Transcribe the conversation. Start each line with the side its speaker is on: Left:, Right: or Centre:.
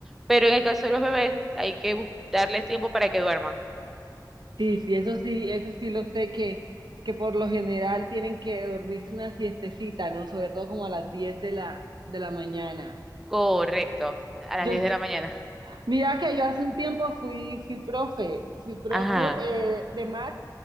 Centre: pero en el caso de los bebés hay que bus- darles tiempo para que duerman.
Right: Sí, sí, eso sí, eso sí lo sé que, que por lo general tienen que dormirse una siestecita, ¿no? Sobre todo como a las 10 de la, de la mañana.
Centre: Correcto, a las
Right: Yo,
Centre: 10 de la mañana.
Right: mira que yo hace un tiempo fui, fui profe, fui profe
Centre: Ajá.
Right: eh, de MAC,